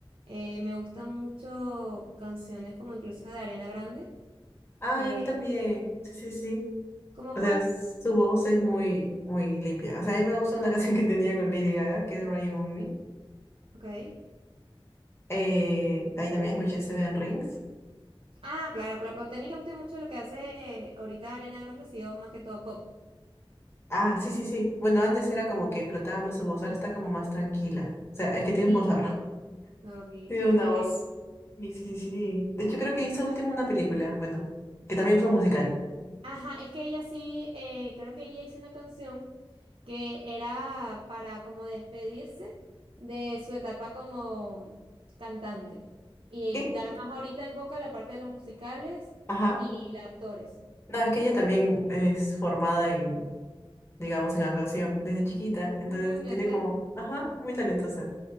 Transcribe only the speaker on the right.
Eh, me gustan mucho canciones como incluso de Ariana Grande.
Eh,
¿cómo
cuál?
Ok.
Ah, claro, claro, pero técnicamente mucho de lo que hace ahorita Ariana Grande ha sido más que todo pop.
Sí,
no, y
muy
bien.
Ajá, es que ella sí, eh, creo que ella hizo una canción que era para como despedirse de su etapa como cantante y
dar más ahorita en boca la parte de los musicales
y los actores.
Ujú, yo
sé.